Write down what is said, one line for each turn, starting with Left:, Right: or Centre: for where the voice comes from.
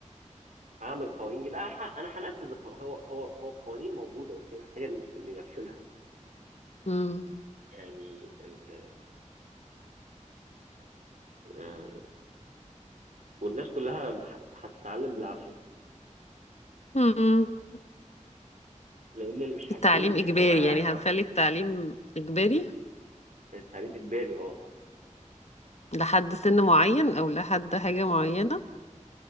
Right: اعمل قوانين جديده انا ح- انا هنفذ الق- هو هو هو القوانين موجوده بس هي محتاجه اللي ينفذها
Left: امم
Right: يعني ال... آه، والناس كلها هت- هتتعلم بالعافيه
Left: أمم.
Right: لان اللي مش هيتعلم
Left: التعليم
Right: مش
Left: اجباري
Right: هيبقى معانا على
Left: يعني
Right: الكوكب
Left: هنخلي التعليم اجباري
Right: التعليم اجباري اه
Left: لحد سن معين او لحد حاجة معينة